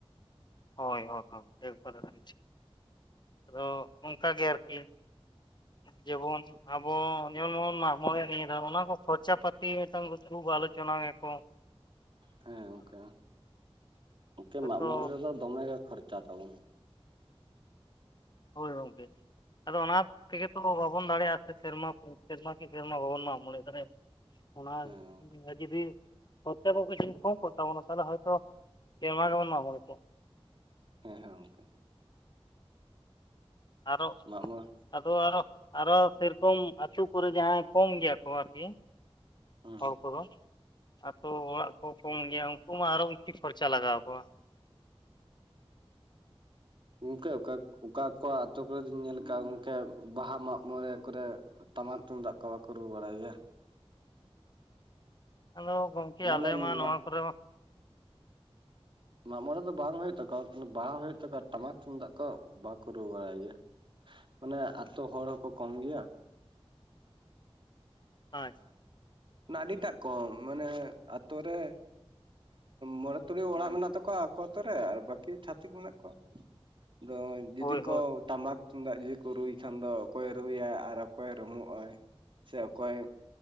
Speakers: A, on the left; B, on the right.
A: ᱦᱳᱭ ᱦᱳᱭ <unintelligible> ᱟᱫᱚ ᱚᱱᱠᱟ ᱜᱮ ᱟᱨᱠᱤ ᱡᱮᱵᱚᱱ ᱟᱵᱚ ᱡᱮᱢᱚᱱ ᱵᱚᱱ ᱢᱟᱜ ᱢᱚᱲᱮ-ᱟ ᱱᱤᱣᱟ ᱫᱷᱟᱣ ᱚᱱᱟ ᱠᱚ ᱠᱚᱠᱷᱚᱨᱪᱟ ᱯᱟᱹᱛᱤ ᱢᱤᱫᱴᱟᱝ ᱠᱷᱩᱵ ᱟᱞᱳᱪᱚᱱᱟᱭᱟ ᱠᱚ᱾
B: ᱦᱮᱸ ᱜᱚᱝᱠᱮ ᱚᱱᱠᱮ
A: ᱦᱳᱭᱛᱳ
B: ᱢᱟᱜ ᱢᱚᱬᱮ ᱨᱮᱫᱚ ᱫᱚᱢᱮ ᱜᱮ ᱠᱷᱚᱨᱪᱟ ᱛᱟᱵᱚᱱ
A: ᱦᱳᱭ ᱜᱚᱝᱠᱮ ᱟᱫᱚ ᱚᱱᱟ ᱛᱮᱜᱮ ᱛᱚ ᱵᱟᱵᱚᱱ ᱫᱟᱲᱮᱭᱟᱜᱼᱟ ᱥᱮᱨᱢᱟ ᱠᱚ ᱥᱮᱨᱢᱟ ᱠᱤ ᱥᱮᱨᱢᱟ ᱵᱟᱵᱚᱱ ᱢᱟᱜ ᱢᱚᱱᱮ ᱫᱟᱲᱮᱭᱟᱜᱼᱟ ᱚᱱᱟ
B: ᱦᱮᱸ ᱜᱚᱝᱠᱮ
A: ᱡᱩᱫᱤ ᱠᱚᱛᱮᱵᱚᱱ ᱡᱤᱱ ᱠᱚ ᱠᱚ <unintelligible> ᱛᱟᱵᱚᱱᱟ ᱛᱟᱦᱚᱞᱮ ᱦᱚᱭᱛᱚ ᱥᱮᱨᱢᱟ ᱜᱮᱵᱚᱱ ᱢᱟᱜ ᱢᱚᱬᱮ ᱠᱚᱜᱼᱟ᱾
B: ᱦᱮᱸ ᱦᱮᱸ ᱜᱚᱝᱠᱮ
A: ᱟᱨᱚ
B: ᱢᱟᱜ ᱢᱚᱬᱮ
A: ᱟᱫᱚ ᱟᱨᱚ ᱥᱮᱨᱚᱠᱚᱢ ᱟᱹᱛᱩ ᱠᱚᱨᱮ ᱡᱟᱦᱟᱸᱭ ᱠᱚᱢ ᱜᱮᱭᱟ ᱠᱚ ᱟᱨᱠᱤ
B: ᱦᱮᱸ
A: ᱦᱚᱲ ᱠᱚᱫᱚ ᱟᱛᱳ ᱚᱲᱟᱜ ᱠᱚ ᱠᱚᱢ ᱜᱮᱭᱟ ᱩᱱᱠᱩ ᱢᱟ ᱟᱨᱚ ᱩᱱᱪᱤ ᱠᱷᱚᱨᱪᱟ ᱞᱟᱜᱟᱣ ᱠᱚᱣᱟ᱾
B: ᱜᱚᱢᱠᱮ ᱚᱠᱟ ᱚᱠᱟ ᱠᱚᱣᱟᱜ ᱟᱛᱳ ᱠᱚᱨᱮ ᱫᱚᱧ ᱧᱮᱞ ᱟᱠᱟᱜ ᱜᱚᱢᱠᱮ ᱵᱟᱦᱟ ᱢᱟᱜ ᱢᱚᱬᱮ ᱠᱚᱨᱮ ᱴᱟᱢᱟᱠ ᱛᱩᱢᱫᱟᱜ ᱠᱚ ᱵᱟᱠᱚ ᱨᱩ ᱵᱟᱲᱟᱭ ᱜᱮᱭᱟ᱾
A: ᱟᱫᱚ ᱜᱚᱢᱠᱮ
B: ᱢᱟᱱᱮ
A: ᱟᱞᱮ
B: ᱢᱟᱜ
A: ᱢᱟ ᱱᱚᱣᱟ ᱠᱚᱨᱮᱢᱟ
B: ᱢᱟᱜ ᱢᱚᱬᱮ ᱫᱚ ᱵᱟᱝ ᱦᱩᱭᱩᱜ ᱛᱟᱠᱚᱣᱟ ᱠᱤᱱᱛᱩ ᱵᱟᱦᱟ ᱦᱩᱭᱩᱜ ᱛᱟᱠᱚᱣᱟ ᱴᱟᱢᱟᱠ ᱛᱩᱢᱫᱟᱜ ᱠᱚ ᱵᱟᱠᱚ ᱨᱩ ᱵᱟᱲᱟᱭ ᱜᱮᱭᱟ᱾ ᱢᱟᱱᱮ ᱟᱛᱳ ᱦᱚᱲ ᱦᱚᱸᱠᱚ ᱠᱚᱢ ᱜᱮᱭᱟᱺ
A: ᱟᱪᱪᱷᱟ
B: ᱟᱹᱰᱤᱴᱟᱜ ᱠᱚᱢ ᱢᱟᱱᱮ ᱟᱹᱛᱳ ᱨᱮ ᱢᱚᱬᱮ ᱛᱩᱨᱩᱭ ᱚᱲᱟᱜ ᱢᱮᱱᱟᱜ ᱛᱟᱠᱚᱣᱟ ᱟᱠᱚ ᱟᱛᱩ ᱨᱮ ᱟᱨ ᱵᱟᱠᱤ ᱪᱷᱟᱹᱛᱤᱠ ᱢᱮᱱᱟᱜ ᱠᱚᱣᱟ᱾ ᱫᱚᱧ ᱡᱩᱫᱤ
A: ᱦᱳᱭ
B: ᱠᱚ
A: ᱦᱳᱭ
B: ᱴᱟᱢᱟᱠ ᱛᱩᱢᱫᱟᱜ ᱡᱩᱫᱤ ᱠᱚ ᱨᱩᱭ ᱠᱷᱟᱱ ᱫᱚ ᱚᱠᱚᱭᱮ ᱨᱩᱭᱟᱭ ᱟᱨ ᱚᱠᱚᱭ ᱨᱩᱢᱩᱜ ᱟᱭ ᱥᱮ ᱚᱠᱚᱭ